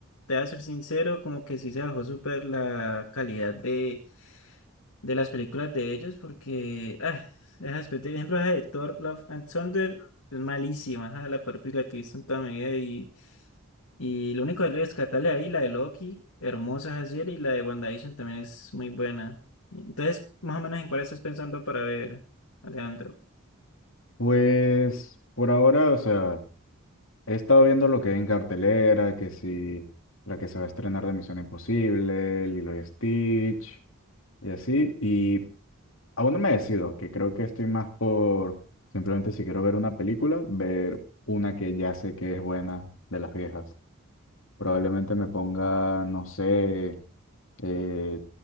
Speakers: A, on the left (about 85°); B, on the left (about 65°).
A: te voy a ser sincero, como que sí se bajó súper la calidad de, de las películas de ellos, porque, ah, esa después de ejemplo, ajá, de Thor, Love and Thunder, es malísima, ajá, la peor película que he visto en toda mi vida, y, y lo único que rescatarle ahí, la de Loki, hermosa esa serie, y la de WandaVision también es muy buena. Entonces, más o menos, ¿en cuál estás pensando para ver, Alejandro?
B: Pues por ahora, o sea, he estado viendo lo que hay en cartelera, que si la que se va a estrenar de Misión Imposible, Lilo y Stitch, y así, y aún no me decido, que creo que estoy más por simplemente si quiero ver una película, ver una que ya sé que es buena de las viejas. Probablemente me ponga, no sé, eh,